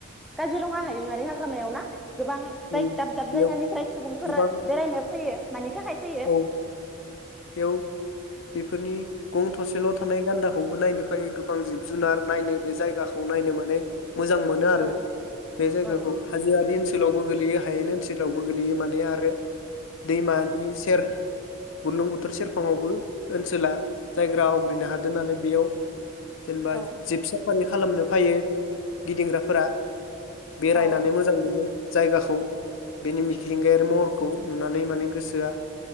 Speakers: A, in the centre; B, on the left.
A: काजिरङा हायुं आरो हाग्रामायाव ना? गोबां जाय
B: औ
A: दाब दाब
B: बेयाव
A: जायगानिफ्राय सुबुंफोर
B: गोबां
A: बेरायनो फैयो मानि थाखाय फैयो
B: औ बेयाव बेफोरनि गं थसेल' थानाय गान्दाखौबो नायनो फैयो। गोबां जिब जुनार नायनो बे जायगाखौ नायनो माने मोजां मोनो आरो
A: औ
B: बे जायगाखौ
A: औ
B: हाजोआरि ओनसो सोलावबो गोलैयो हायेन ओनसोलावबो गोग्लैयो माने आरो दैमानि सेर बुरलुं बुथुर सेरफाङावबो ओनसोला जायग्रा आवग्रिनो हादों नालाय बेयाव जेनबा
A: औ
B: जिब साफारि खालामनो फायो गिदिंग्राफोरा बेरायनानै
A: औ
B: मोजां मोनो। जायगाखौ बेनि मिक्रिंगायारि महरखौ नुनानै माने गोसोआ